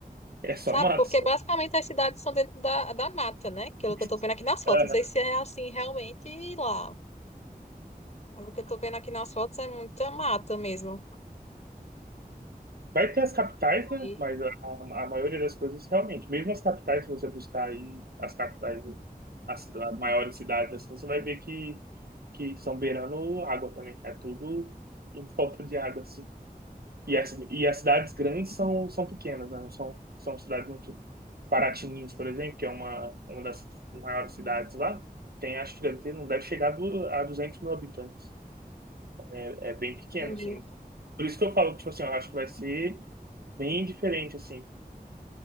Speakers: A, on the right (about 75°); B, on the left (about 45°).
A: É só
B: sabe?
A: mato.
B: Porque
A: só.
B: basicamente as cidades são dentro da, da mata, né? Que é
A: <laughs>
B: o que eu tô vendo aqui nas fotos. Não sei se é assim realmente lá. Mas o que eu tô vendo aqui nas fotos é muita mata mesmo.
A: Vai ter as capitais, né?
B: E-
A: Mas a, a, a maioria das coisas, realmente, mesmo as capitais, se você buscar aí as capitais, né, as, cida- as maiores cidades, assim, você vai ver que, que são beirando água também. É tudo em volta de água, assim. E as, e as cidades grandes são, são pequenas, né? Não são, são cidades muito. Paraty-Minas, por exemplo, que é uma, uma das maiores cidades lá, tem, acho que deve ter, não deve chegar a du- a 200 mil habitantes. É, é bem pequeno,
B: Entendi.
A: assim. Por isso que eu falo, que, tipo assim, eu acho que vai ser bem diferente, assim.